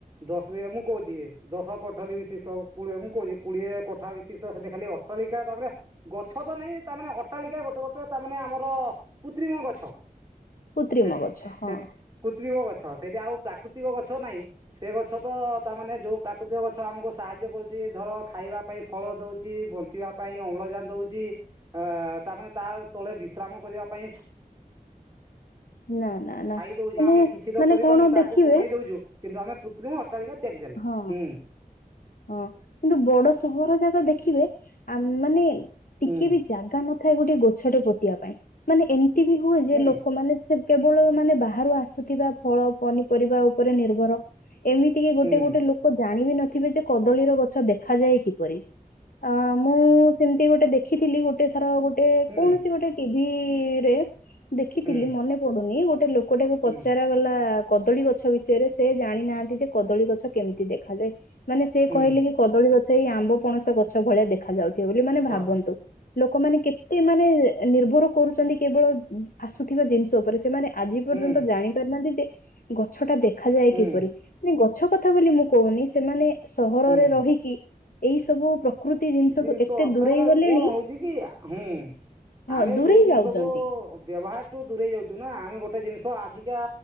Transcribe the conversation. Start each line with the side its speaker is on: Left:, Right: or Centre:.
Right: ଦଶ ବି ମୁଁ କହୁଛି ଦଶ କଠରି ବିଶିଷ୍ଟ କୁ ମୁ କୋଡିଏ କଠା ବିଶିଷ୍ଟ ସେଠା ଖାଲି ଅଟଳିକା ତାପରେ ଗଛ ତ ନାଇଁ ତାମାନେ ଅଟାଳିକା ଗୋଟେ ଗୋଟେ ତାମାନେେ ଆମର କୃତ୍ରିମ ଗଛ।
Left: କୃତ୍ରିମ
Right: ସେଠି
Left: ଗଛ ହଁ।
Right: ସେଠି କୃତ୍ରିମ ଗଛ ସେଠି ଆଉ ପ୍ରାକୃତିକ ଗଛ ନାହିଁ। ସେ ଗଛ ତ ତାମାନୋନେ ଯୋଉ ପ୍ରାକୃତିକ ଗଛ ଆମକୁ ସାହାଯ୍ୟ କରୁଛି ଧର ଖାଇବା ପାଇଁ ଫଳ ଦଉଛି ବଞ୍ଚିବା ପାଇଁ ଅମ୍ଳଜାନ ଦଉଛି ଅ ତାମାନେ ତା ତଳେ ବିଶ୍ରାମ କରିବା ପାଇଁ
Left: ନା ନା ନା
Right: ଖାଇଦଉଛୁ
Left: ମାନେ
Right: ଆମେ କିଛି ତ
Left: ମାନେ
Right: କରିପାରୁନୁ
Left: କଣ
Right: ତାହାକୁ
Left: ଦେଖିବେ
Right: କମେଇ ଦଉଛୁ କିନ୍ତୁ ଆମେ କୁତ୍ରିମ ଅଟାଳିକଆ ତିଆରି ଚାଲିଚୂ।
Left: ହଁ
Right: ବୁଁ
Left: ହଁ କିନ୍ତୁ ବଡ ସହର ଯାକ ଦେଖିବେ ଆ ମାନେ ଟିକେ
Right: ହୁଁ
Left: ବି ଜାଗା ନଥାଏ ଗୋଟେ ଗଛଟେ ପୋତିବା ପାଇଁ। ମାନେ ଏମିତି ବି ହୁଏ ଯେ
Right: ହୁଁ
Left: ଲୋକମାନେ ସେ କେବଳ ମାନେ ବାହାରୁ ଆସୁଥିବା ଫଳ ପନିପରିବା ଉପରେ ନିର୍ଭର। ଏମିତି କି
Right: ହୁଁ
Left: ଗୋଟେ ଗୋଟେ ଲୋକ ଜାଣିବି ନଥିବେ ଯେ କଦଳୀର ଗଛ ଦେଖାଯାଏ କିପରି। ଅ ମୁଁ ସେମତି ଗୋଟେ ଦେଖିଥିଲି ଗୋଟେ ସାର ଗୋଟେ
Right: ହୁଁ
Left: କୌଣସି ଗୋଟେ ଟିଭିରେ ଦେଖିଥିଲି
Right: ହୁଁ
Left: ମନେ ପଡୁନି ଗୋଟେ ଲୋକଟାକୁ
Right: ହୁଁ
Left: ପଚାରାଗଲା କଦଳୀ ଗଛ ବିଷୟରେ ସେ ଜାଣିନାହାନ୍ତି ଯେ କଦଳୀ ଗଛ କେମିତି ଦେଖାଯାଏ। ମାନେ ସେ
Right: ହୁଁ
Left: କହିଲେ କି କଦଳୀ ଗଛ ଏଇ ଆମ୍ବ ପଣସ ଗଛ ଭଳିଆ ଦେଖା ଯାଉଥିବ ବୋଲି। ମାନେ
Right: ଯ
Left: ଭାବନ୍ତୁ ଲୋକମାନେ ମାନେ ନିର୍ଭର କରୁଛନ୍ତି କେବଳ ଆସୁଥିବା ଜିନିଷ ଉପରେ ସେମାନେ ଆଜି ପର୍ଯ୍ୟନ୍ତ
Right: ହୁଁ
Left: ଜାଣି ନାହାନ୍ତି ଯେ ଗଛ ଟା ଦେଖାଯାଏ
Right: ହୁଁ
Left: କିପରି। ମାନେ ଗଛ କଥା ବୋଲି ମୁଁ କହୁନି ସେମାନେ ସହରରେ
Right: ହୁଁ
Left: ରହିକି ଏଇ ସବୁ ପ୍ରକୃତି ଜିନିଷଠୁ
Right: ଜିନିଷ
Left: ଏତେ ଦୂରେଇ
Right: ସେମାନେ
Left: ଗଲେଣି
Right: କଣ ହଉଛି କି ହୁଁ
Left: ହଁ
Right: ଆମେ
Left: ଦୂରେଇ
Right: ଯୋଉ ଜିନିଷକୁ
Left: ଯାଉଛନ୍ତି।
Right: ବ୍ୟବହାରଠୁ ଦୂରେଇ ଯାଉଛୁ ନା ଆମେ ଗୋଟେ ଜିନିଷ ଆଜିକା